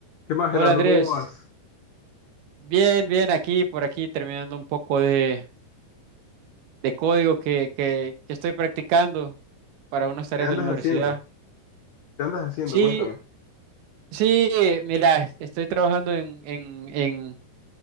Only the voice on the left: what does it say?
¿Qué más,
Gerardo?
¿Cómo vas?
¿Qué andas
haciendo? ¿Qué andas haciendo?
Cuéntame.